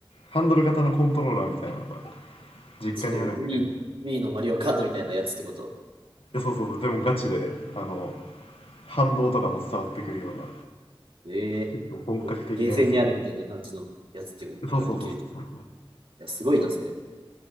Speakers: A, on the left (about 75°); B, on the right (about 70°).
A: ハンドル型のコントローラーみたいなのが実家にあるんだけど、
B: その、ウィニーの、ウィニーのマリオカートみたいなやつってこと。
A: え、そうそうそう、でもガチで、あの、反動とかも伝わってくるような、
B: ええこう、
A: 結構本格的なやつで、
B: ゲーセンにあるみたいな感じのやつっていうのができる。
A: えそうそうそうそうそう、
B: いや、すごいな、それ。